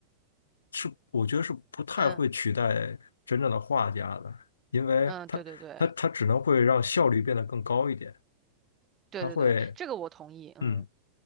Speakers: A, on the left; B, on the right.
A: 是我觉得是不太会取代真正的画家的，
B: 嗯
A: 因为它它它只能会让效率变得更高一点，
B: 嗯，对对对对对对，
A: 它会
B: 这个我同意。嗯。
A: 嗯